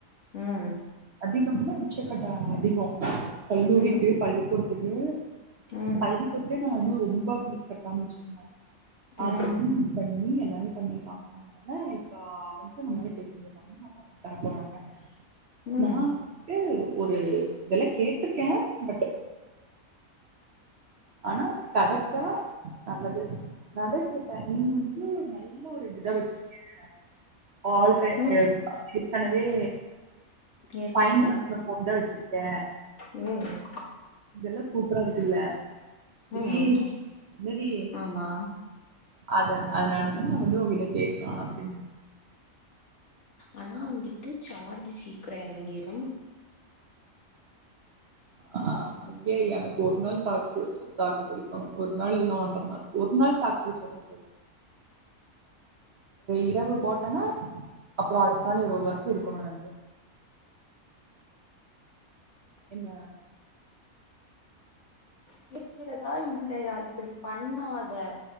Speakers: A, on the left; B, on the right.
A: ம்
B: அதிகம்னா உச்சக்கட்ட அ அதிகோ கல்லூரிக்கு
A: ம்
B: பள்ளிக்கூடத்துக்கு
A: ம்
B: பள்ளிக்கூடத்லே நா இன்னு ரொம்ப பீஸ் கட்டாமூச்சின
A: ம்
B: அதியு பண்ணி எல்லாமே பண்ணிட்டா அ அதனால இப்ப அவன்ட்ட நம்மால கேட்க முடியாதுதா அம்மாதா வாங்கி தர போறாங்க
A: ம்
B: நா வந்துட்டு ஒரு வெல கேட்ருக்கே பட் ஆனா கெடச்சா நல்லது நட கேட் ட நீங்க வந்துட்டு ஒரு நல்ல ஒரு இதுதா வச்சிருக்கே ஆல்றே
A: ம்
B: எம் ஆ ஏற்கனவே
A: ஏற்கனவே
B: பயன்படுத்துன கொண்ட வச்சிருக்கே
A: ம்
B: இதெல்லா சூப்பரா இருக்குல்ல
A: ம்
B: ஈ என்னடி
A: ஆமா
B: அத அதனால தா நா வந்து உங்கிட்ட கேக்லா அப்டின்னு
A: ஆனா வந்துட்டு சார்ஜ் சீக்ர எறங்கீரும்
B: ஆ ஐய எனக்கு ஒரு நாள் தாக்கு தாக்கு பிடிக்கணு ஒரு நாள் இல்ல ஒன்ற நாள் ஒரு நாள் தாக்கு பிடிச்சா கூடோ இரவு போட்டேன்னா அப்புற அடுத்த நாள் இரவு வரைக்கு இருக்கணு எனக்கு என்ன
A: கேக்கிறதா இல்லயா இப்டி பண்ணாத